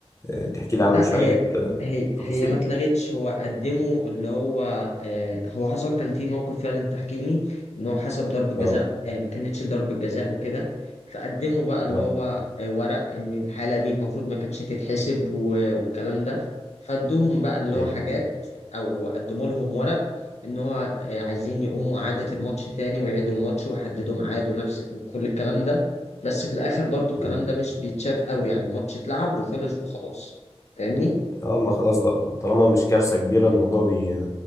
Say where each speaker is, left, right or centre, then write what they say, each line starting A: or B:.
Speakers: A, on the left; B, on the left.
A: آه، تحكي لي
B: لا
A: عنه شوية
B: هي
A: آه،
B: هي
A: تفاصيل
B: هي ما اتلغتش هو قدمه اللي هو آه هو حصل كان في موقف فعلا تحكيمي ان هو حسب ضربة جزاء
A: اه
B: آه ما كانتش ضربة جزاء وكده فقدموا بقى اللي
A: اه
B: هو آه ورق ان الحالة دي المفروض ما كانتش تتحسب و- والكلام ده فادوهم بقى اللي
A: امم
B: هو حاجات او قدموا لهم ورق ان هو آه عايزين يقوموا اعادة الماتش تاني ويعيدوا الماتش ويحددوا ميعاد ونفس وكل الكلام ده بس في الاخر برضو الكلام
A: امم
B: ده مش بيتشاف قوي يعني الماتش اتلعب وخلص وخلاص فاهمني
A: اه ما خلاص بقى طالما مش كارثة كبيرة الموضوع بي